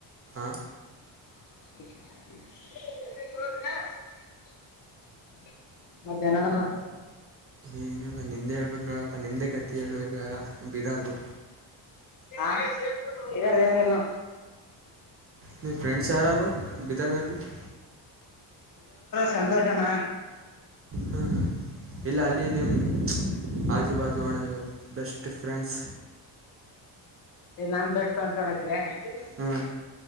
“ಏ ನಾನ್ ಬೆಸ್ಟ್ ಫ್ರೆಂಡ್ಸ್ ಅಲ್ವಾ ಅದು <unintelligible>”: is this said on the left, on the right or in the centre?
Left